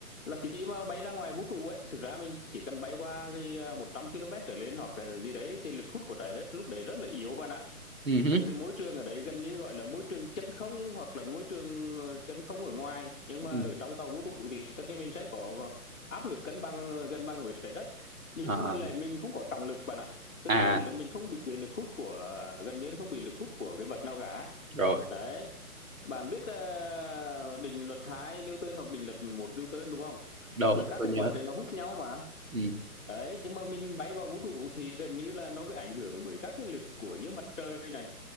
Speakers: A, in the centre; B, on the right (about 60°).
A: là khi mà bay ra ngoài vũ trụ ấy thực ra mình chỉ cần bay qua cái à, 100 km trở lên hoặc cái gì đấy thì lực hút của trái đất lúc đấy rất là yếu bạn ạ
B: Ừ. hứ,
A: cái cái môi trường ở đấy gần như gọi là môi trường chân không hoặc là môi trường ờ, chân không ở ngoài nhưng mà
B: ừ.
A: ở trong tàu vũ trụ thì tất nhiên mình sẽ có áp lực cân bằng ờ, cân bằng với trái đất nhưng
B: À,
A: mà lại mình không có trọng lực bạn ạ tức
B: à
A: là mình không bị lực hút của ờ, gần như là không bị lực hút của cái vật nào cả
B: rồi,
A: đấy bạn biết ờ, định luật 2 Newton hoặc định luật 1 Newton đúng không?
B: đúng,
A: Là các
B: tôi
A: cái
B: nhớ.
A: vật này nó hút nhau mà.
B: Ừ.
A: Đấy, nhưng mà mình bay vào vũ trụ thì gần như là nó bị ảnh hưởng bởi các cái lực của như mặt trời này